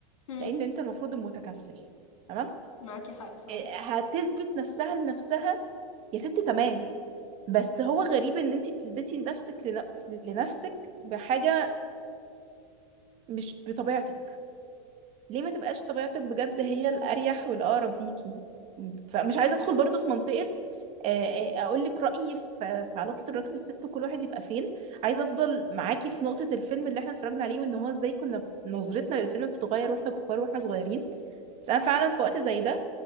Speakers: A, on the left; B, on the right.
A: مم.
B: لان انت المفروض المتكفل تمام
A: معاكي حق فعلا
B: إيه، هتثبت نفسها لنفسها يا ست تمام بس هو غريب ان انت بتثبتي نفسك لن- لنفسك بحاجه مش بطبيعتك ليه ما تبقاش طبيعتك بجد هي الأريح والأقرب ليكي فمش عايزة أدخل برضو في منطقة آه، آه، أقول لك رأيي في في علاقة الراجل والست وكل واحد يبقى فين عايزة أفضل معاكي في نقطة الفيلم اللي احنا اتفرجنا عليه وإن هو إزاي كنا نظرتنا للفيلم بتتغير واحنا كبار واحنا صغيرين بس أنا فعلا في وقت زي ده